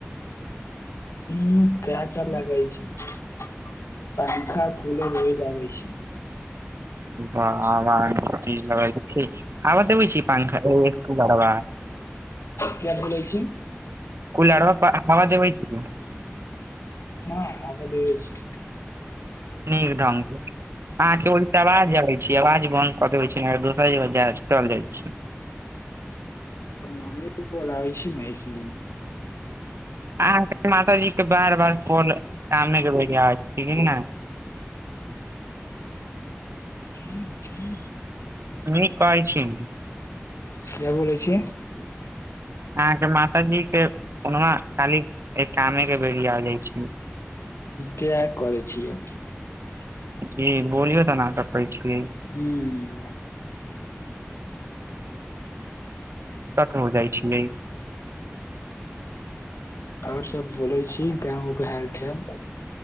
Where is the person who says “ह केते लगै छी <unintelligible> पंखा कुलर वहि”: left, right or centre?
Left